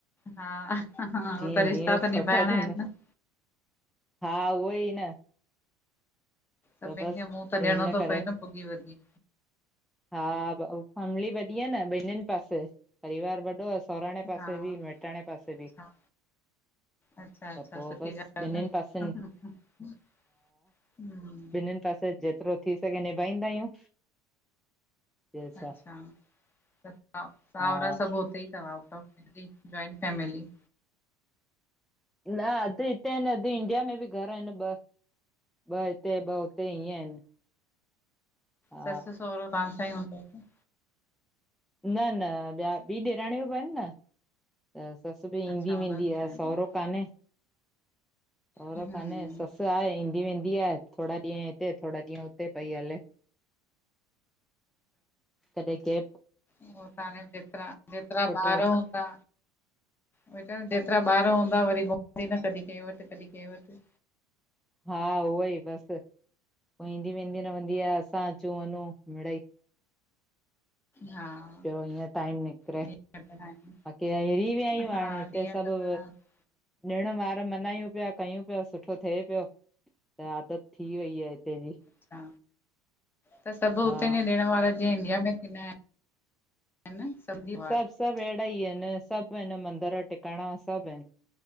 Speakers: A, on the left; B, in the centre.
A: हा, हो
B: जीअं
A: त
B: जीअं
A: रिश्ता त
B: सठो
A: निभाइणा
B: थींदा
A: आहिनि।
B: हा, उहोई न।
A: सभिनि
B: त बस
A: खे मुंहुं त
B: हिन
A: ॾियणो थो
B: करे
A: पए न भुॻी वधी
B: हा फैमिली वॾी आ न ॿिननि पासे परिवार वॾो हसि। सोराणे पासे
A: हा
B: बि, मेटाणे पासे
A: अच्छा
B: बि।
A: अच्छा अच्छा
B: त पो
A: सुठी
B: बस
A: ॻाल्हि
B: ॿिन्हिनि पासनि
A: आ न। <unintelligible>
B: हिननि पासे जेतिरो थी सघे निभाईंदा आहियूं। ॿियो छा
A: अच्छा, त सा सहुरा
B: हा
A: सभु उते ई तव आउट ऑफ हिते, जॉइंट फैमिली।
B: न, अधु हिते हिनि, अधु इंडिया में बि घर आहिनि ॿ, ॿ हिते ॿ त ईअं आहिनि। हा
A: ससू सहुरो तां सां ई हूंदव न?
B: न न, ॿिया बी ॾेराणियूं बि आहिनि न। त ससु बि ईंदी
A: अच्छा हुननि
B: वेंदी
A: सां
B: आ,
A: आहिनि
B: सहुरो कान्हे, सहुरो
A: हम्म
B: काने ससु ससु आहे ईंदी वेंदी आहे थोरा ॾींहं हिते थोरा ॾींहं हुते पई हले। कॾें के
A: ऊओ त हाणे जेतिरा, जेतिरा ॿार
B: वटि
A: हूंदा बेटर, जेतिरा ॿार हूंदा, वरी घुमंदी न कॾी कंहिं वटि कॾी कंहिं वटि
B: हा, उहो ई बसि पोइ ईंदी वेंदी रहंदी आ, असां अचूं वञूं मिड़ई
A: हा।
B: ॿियो हीअं टाइम निकिरे,
A: ॾींहं कटंदा आहिनि
B: बाक़ी त हिरी विया आहियूं
A: हा
B: हाणे हिते
A: ॾींहं
B: सभु
A: कटंदा आहिनि
B: ॾिण वार मनायूं पिया कयूं पिया सुठो थिए पियो। त आदत थी वई आहे हिते जी।
A: अच्छा, त सभु
B: हा
A: हुते ई ॾिण वारा जीअं इंडिया में थींदा आहिनि हा न सब्जी।
B: सभु सभु अहिड़ा ई इन, सभु इन मंदिर टिकाणा, सभु इन।